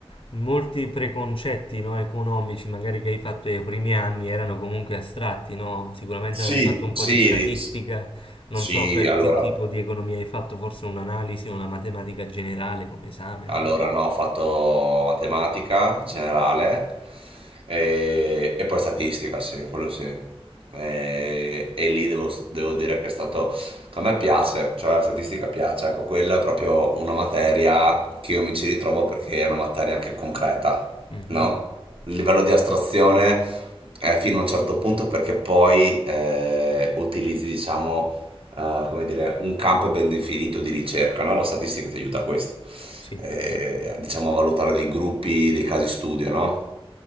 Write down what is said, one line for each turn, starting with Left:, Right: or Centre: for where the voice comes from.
Left: molti preconcetti, no, economici, magari che hai fatto nei primi anni, erano comunque astratti, no? Sicuramente
Right: Sì,
Left: avrei fatto un
Right: sì,
Left: po' di statistica,
Right: di-
Left: non
Right: sì,
Left: so per
Right: allora.
Left: che tipo di economia hai fatto, forse un'analisi o una matematica generale come esame.
Right: Allora,
Left: non
Right: no, ho fatto matematica generale e, e poi statistica, sì, quello sì. E, e lì devo, devo dire che è stato, che a me piace, cioè la statistica piace, ecco, quella è proprio una materia che io mi ci ritrovo perché è una materia anche concreta,
Left: so. Mhm,
Right: no? Il livello di astrazione è fino a un certo punto perché poi eh, utilizzi, diciamo eh, come dire, un campo ben definito di ricerca, no? La statistica ti aiuta a questo,
Left: Sì,
Right: eh, diciamo a valutare dei gruppi, dei casi studio, no?